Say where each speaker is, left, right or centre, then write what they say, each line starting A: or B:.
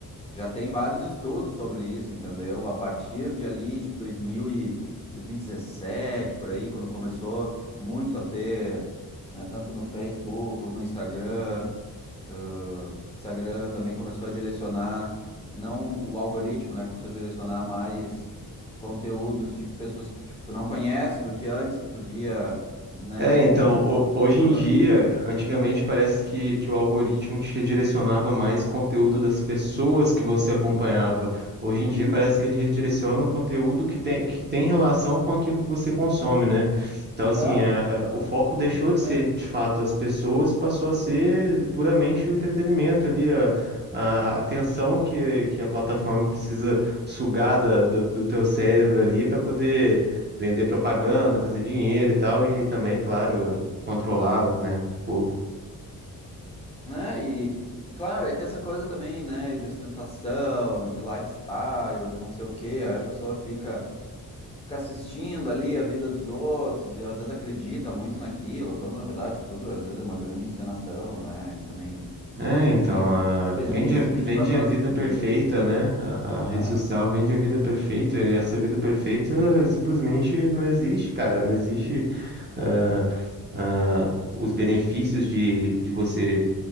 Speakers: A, on the left (about 15°); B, on the right (about 30°).
A: Já tem vários estudos sobre isso, entendeu? A partir de ali, tipo, 2000 e 2017, por aí, quando começou muito a ter, né, tanto no Facebook como no Instagram. Ah, o Instagram também começou a direcionar, não o algoritmo, né? Começou a direcionar mais conteúdos de pessoas que, tipo, tu não conhece do que antes, que tu via, né,
B: É,
A: o conteúdo
B: então,
A: dos
B: ho- hoje
A: teus
B: em dia,
A: amigos.
B: antigamente parece que, que o algoritmo te redirecionava mais conteúdo das pessoas que você acompanhava. Hoje em dia
A: Sim,
B: parece que ele redireciona o conteúdo que tem, que tem relação com aquilo que você consome, né? Então,
A: exato.
B: assim, é, o foco deixou
A: É isso
B: de
A: mesmo.
B: ser, de fato, as pessoas e passou a ser puramente o entretenimento ali, a, a atenção que, que a plataforma precisa sugar da- do, do teu cérebro ali para poder vender propaganda, fazer dinheiro e tal, e também, claro,
A: Sim.
B: controlar, né, o povo.
A: Né? E, e claro, aí tem essa coisa também, né, de ostentação, de lifestyle, de não sei o quê. Aí a pessoa fica Fica assistindo ali a vida dos outros e às vezes acredita muito naquilo, quando na verdade tudo às vezes é uma grande encenação, né? E também
B: É, então,
A: ninguém
B: a-
A: é
B: vende,
A: feliz
B: a-
A: vinte
B: vende
A: e quatro
B: a
A: horas
B: vida
A: por
B: perfeita,
A: dia,
B: né? A, a rede
A: né?
B: social vende a vida perfeita, e essa vida perfeita simplesmente não existe, cara. Não existe ah, ah, os benefícios de, de você.